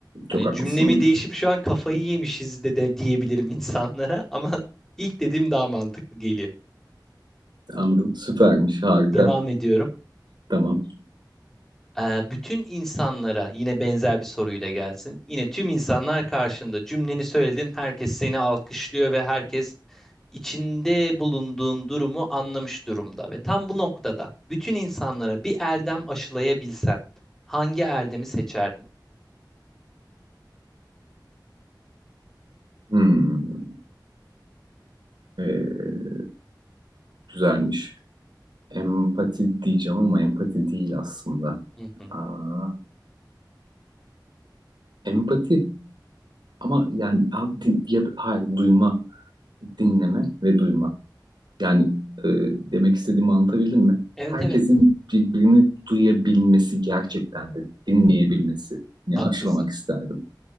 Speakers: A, on the right; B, in the centre.
A: çok
B: Hani
A: haklısın.
B: cümlemi değişip şu an kafayı yemişiz de, de diyebilirim insanlara <laughs> ama ilk dediğim daha mantıklı geliyor.
A: Anladım. Süpermiş. Harika.
B: Devam ediyorum.
A: Tamam.
B: Ee, bütün insanlara yine benzer bir soruyla gelsin. Yine tüm insanlar karşında cümleni söyledin, herkes seni alkışlıyor ve herkes içinde bulunduğun durumu anlamış durumda. Ve tam bu noktada bütün insanlara bir erdem aşılayabilsen hangi erdemi seçerdin?
A: Hmm, ee, güzelmiş. Empati diyeceğim ama empati değil aslında.
B: Hı hı.
A: Aa, empati ama yani ha, din- ya da- hayır duyma, dinleme ve duyma. Yani e, demek istediğimi anlatabildim mi?
B: Evet
A: Herkesin
B: evet
A: birbirini duyabilmesi gerçekten de dinleyebilmesini
B: haklısın.
A: aşılamak isterdim.